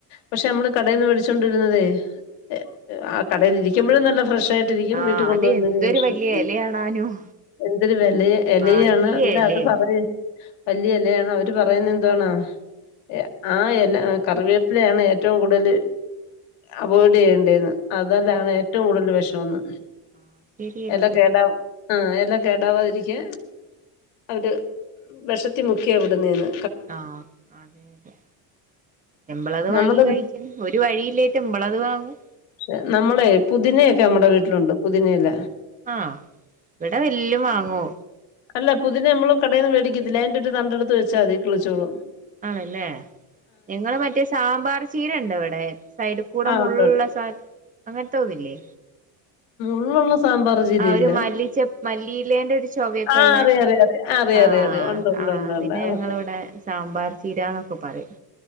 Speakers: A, on the left; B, on the right.
A: പക്ഷെ നമ്മള് കടേന്ന് മേടിച്ചൊണ്ടിരുന്നതേ എ ആ കടെലിരിക്കുമ്പോഴും നല്ല ഫ്രഷ് ആയി ട്ടിരിക്കും
B: ആഹ്
A: വീട്ടിൽ കൊണ്ടുവന്നു
B: അത് എന്തൊരു
A: കഴിഞ്ഞാ
B: വലിയ
A: <unintelligible>
B: ഇലയാണാനും
A: എന്തൊരു വെലെ എലയാണ്
B: വലിയ
A: ഇന്നലെ
B: ഇലയാ
A: അത് പറയ വല്ല്യയ എല്ലയാണ് അവര് പറയുന്നത് എന്താണോ യാ ആ എല കറിവേപ്പിലെയാണ് ഏറ്റവും കൂടുതല് അവോയ്ഡ് ചെയ്യേണ്ടെന്ന് അതല്ലാണ്
B: ഉം ഉം
A: ഏറ്റവും കൂടുതല് വിഷന്ന്
B: ആഹ് ശരിയായിരിക്കും
A: എല കേടാവും ആ എല്ലാം കേടാവാതിരിക്കൻ അവര് വെഷത്തി മുക്കിയ ഇവിടുന്നെന്ന്
B: ആഹ് അതെ അതെ എമ്പളത്
A: നമ്മുടെ
B: വാങ്ങി കഴിക്കും ഒരു വഴിയില്ലേറ്റ് മ്മളത് വാങ്ങും
A: ക്ഷേ നമ്മളെ പുതിനനൊയെക്കെ നമ്മടെ വീട്ടിലുണ്ട് പുതിന ഇല
B: ആഹ് ഇവിടെ എല്ലാം വാങ്ങു
A: അല്ല പുതിന നമ്മള് കടെന്ന് മേടിക്കത്തില്ലേ അയിന്റെ ഒരു തണ്ടെടുത്ത് വെച്ചാൽ മതി ക് ളിച്ചോളും
B: ആണ്ല്ലേ ഇങ്ങള് മറ്റെ സാമ്പാർ ചീര ണ്ടോ അവിടെ സൈഡ് കൂടെ
A: ആഹ്
B: മുൾള്ള
A: ഉണ്ട്
B: സാനം അങ്ങനത്തെ ഒവ്‌ല്ലെ
A: മുള്ളുള്ള സാമ്പാർ ചീരയില്ല
B: ആ ഒരു മല്ലിച്ചെപ്പ് മല്ലിയിലേന്റെ ഒരു ചൊവൊക്കെ
A: ആഹ്
B: ള്ളേ
A: അറിയാം അറിയാം അറിയാം അറിയാം
B: ആഹ്
A: അറിയാം അറിയാം ഉണ്ട് ഉണ്ട്
B: ആ
A: ഉണ്ട്
B: അതിനെ
A: ഉണ്ട്
B: ഞങ്ങളിവിടെ സാമ്പാർ ചീരന്നൊക്കെ പറയും